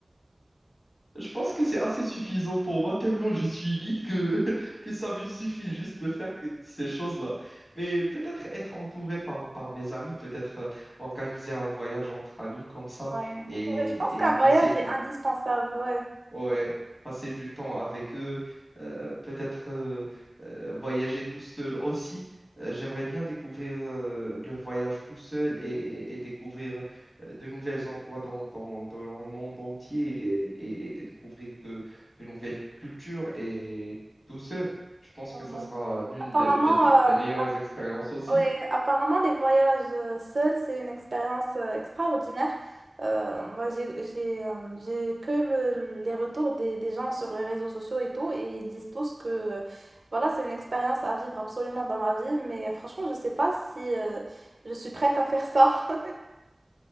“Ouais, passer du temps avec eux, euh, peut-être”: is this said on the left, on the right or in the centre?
Left